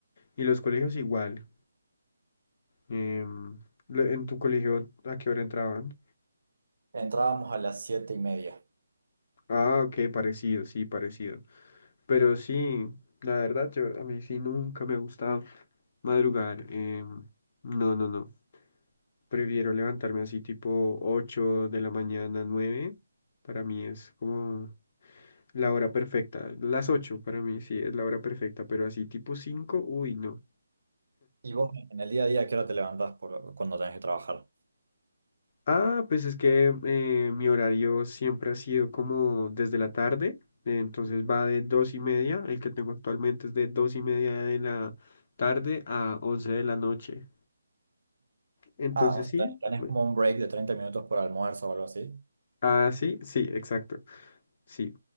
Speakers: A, on the left (about 35°); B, on the right (about 70°).
A: Y los colegios igual. Em, lo- ¿en tu colegio a qué hora entraban?
B: Entrábamos a las 7 y media.
A: Ah, ok, parecido, sí, parecido. Pero sí, la verdad, yo, a mí sí nunca me ha gustado madrugar. em, no, no, no. Prefiero levantarme así tipo 8 de la mañana, nueve Para mí es como la hora perfecta. Las 8 para mí sí es la hora perfecta, pero así tipo cinco uy, no.
B: ¿Y vos en el día a día, a qué hora te levantás por, cuando tenés que trabajar?
A: Ah, pues es que eh, mi horario siempre ha sido como desde la tarde, eh, entonces va de dos y media, el que tengo actualmente es de dos y media de la tarde a once de la noche. Entonces
B: Ah, o sea,
A: sí,
B: tenés tenés
A: me-
B: como un break de 30 minutos por almuerzo o algo así.
A: ah, sí, sí, exacto, sí,